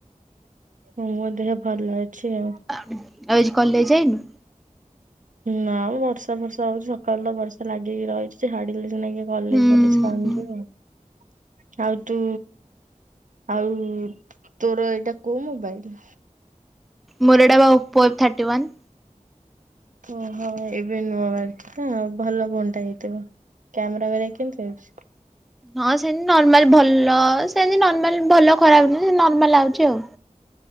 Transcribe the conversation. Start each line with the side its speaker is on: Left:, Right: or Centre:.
Right: ମୋ ଦେହ ଭଲ ଅଛି ଆଉ।
Centre: ଆଉ ଆଜି କଲେଜ ଯାଇନୁ?
Right: ନାମ ବର୍ଷା ଫର୍ଷା ହଉଚି ସକାଳୁ ତ ବର୍ଷା ଲାଗିକି ରହିଛି। ଛାଡିଲେ ସିନା କିଏ କଲେଜ
Centre: ହୁଁ
Right: ଫଲେଜ କଣ ଯିବ। ଆଉ ତୁ ଆଉ ତୋର ଏଇଟା କୋଉ ମୋବାଇଲ?
Centre: ମୋର ଏଟା ବା ଓପୋ ଏଫ୍ ଥାର୍ଟି ୱାନ୍।
Right: ଓହୋ ଏବେ ନୂଆ ବାହାରିଛି ତ ଭଲ ଫୋନଟା ହେଇଥିବ। କ୍ୟାମେରା ଭରିଆ କେମିତି ଅଛି?
Centre: ହଁ ସେମିତି ନର୍ମାଲ ଭଲ ସେମିତି ନର୍ମାଲ ଭଲ ଖରାପ ନାଇଁ ନର୍ମାଲ ଆଉଚି ଆଉ।